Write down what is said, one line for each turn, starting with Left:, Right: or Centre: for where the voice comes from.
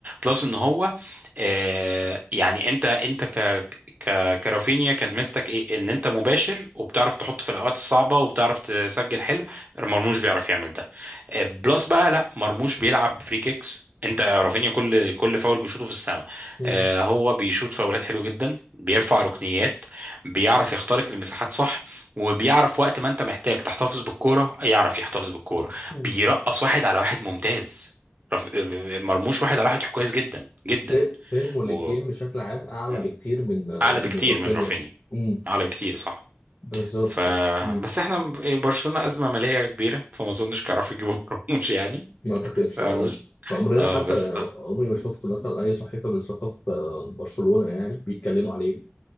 Right: بلس ان هو آه يعني انت انت ك ك كرافينيا كانت ميزتك ايه ان انت مباشر وبتعرف تحط في الاوقات الصعبه وبتعرف تسجل حلو مرموش بيعرف يعمل ده آه بلس بقى لا مرموش بيلعب فري كيكس انت رافينيا كل كل فاول بيشوطه في السماء
Left: مم.
Right: آه هو بيشوط فاولات حلوه جدا بيرفع ركنيات بيعرف يخترق المساحات صح وبيعرف وقت ما انت محتاج تحتفظ بالكوره يعرف يحتفظ بالكوره
Left: مم.
Right: بيرقص واحد على واحد ممتاز رف... آه، مرموش واحد على واحد كويس جدا جدا
Left: ف- فهمه للجيم
Right: و...
Left: بشكل عام اعلى
Right: مم.
Left: بكتير من
Right: اعلى بكتير
Left: من رافينيا
Right: من رافينيا
Left: مم.
Right: اعلى بكتير صح
Left: بالظبط
Right: ف
Left: مم.
Right: بس احنا برشلونة ازمة مالية كبيرة فما اظنش كانوا يجيبوا <laughs> مرموش يعني
Left: ما اعتقدش
Right: مرموش
Left: اه عمرنا
Right: اه
Left: حتى
Right: بس
Left: عمري ما شفت مثلا اي صحيفه من صحف آه، برشلونه يعني بيتكلموا عليه